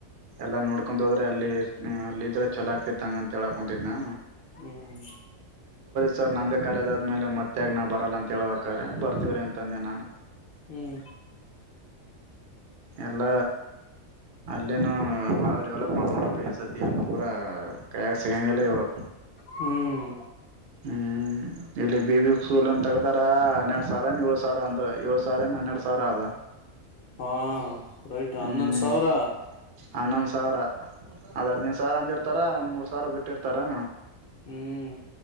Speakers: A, on the right; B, on the left.
A: ಎಲ್ಲಾ ನೋಡ್ಕೊಂಡ್ ಹೋದ್ರೆ ಅಲ್ಲಿ ಅಲ್ಲಿ ಇದ್ರೆ ಚಲ ಆಗ್ತಿತ್ತುಂಗ ಅಂತ ಹೇಳಕ ಕುಂತಿದ್ ನ
B: ಹ್ಮ್
A: ಸರ್ ನಮ್ಮದೇ ಕಾಲೇದಾದ್ಮೇಲೆ ಮತ್ತೆೆ ನಾವು ಬರಲ್ಲ ಅಂತ ಹೇಬೇಕ್ರೆ ಬರ್ತೀವ್ರೀ ಅಂತಂದೆ ನಾನು
B: ಹ್ಮ್
A: ಎಲ್ಲ ಅಲ್ಲೇನು ಭಾಳ ಡೆವಲಪ್ ಮಾಡ್ತಾರ ಪ ಎ ಸತಿ ಏನ್ ಪೂರ ಕಾಗ ಸಿಗಂಗಗೆಲ್ಲ ಇವರು
B: ಹ್ಮ್
A: ಹ್ಮ್ ಇಲ್ಲಿ ಬಿಬಿ ಸೂಲ್ ಅಂತ ತಗದಾರ ಹನ್ನೆರಡ್ ಸಾವಿರನ್ ಏಳ್ ಸಾವಿರ ಅಂತ ಏಳ್ ಸಾವಿ ಏನ್ ಹನ್ನೆರಡ್ ಸಾವಿರ ಆದದ
B: ಹಾ ರೈಟ್
A: ಹ್ಮ್
B: ಹನ್ನೊಂದ ಸಾವಿರ
A: ಹನ್ನೊಂದು ಸಾವಿರ ಅದು ಹದಿನೈದು ಸಾವಿರ ಅಂದಿರ್ತಾರ ಒಂದು ಮೂರು ಸಾವಿರ ಬಿಟ್ಟಿರ್ತಾರಾ
B: ಹ್ಮ್